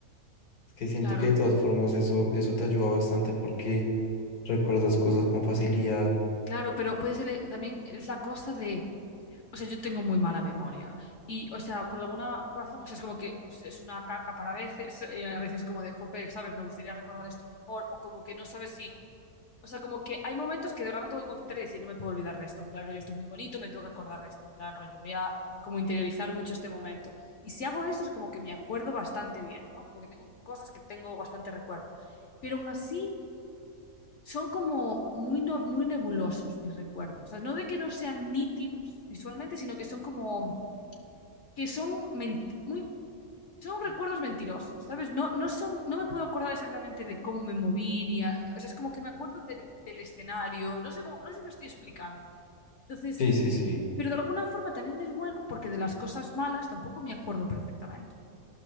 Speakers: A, on the left; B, on the left.
A: es que siento
B: Claro.
A: que de todas formas eso, eso te ayuda bastante porque recuerdas cosas con facilidad.
B: Claro, pero puede ser eh, también es la cosa de, o sea, yo tengo muy mala memoria y, o sea, por alguna razón, o sea, es como que pues es una caca para veces, <laughs> eh, a veces como de, jope, ¿sabes? Me gustaría recordar esto mejor o como que no sabes si, o sea, como que hay momentos que de realmente voy a concentrar y decir, no me puedo olvidar de esto, en plan, rollo, esto es muy bonito, me tengo que acordar de esto, en plan, rollo, voy a como interiorizar mucho este momento. Y si hago eso es como que me acuerdo bastante bien, ¿no? Como que tengo cosas que tengo bastante recuerdo. Pero aún así son como muy, no- muy nebulosos mis recuerdos. O sea, no de que no sean nítidos visualmente, sino que son como, que son ment- muy, son recuerdos mentirosos, ¿sabes? No, no son, no me puedo acordar exactamente de cómo me moví, ni a- o sea, es como que me acuerdo del, del escenario, no sé cómo, no sé si me estoy explicando. Entonces,
A: Sí, sí, sí.
B: pero de alguna forma también es bueno porque de las cosas malas tampoco me acuerdo perfectamente.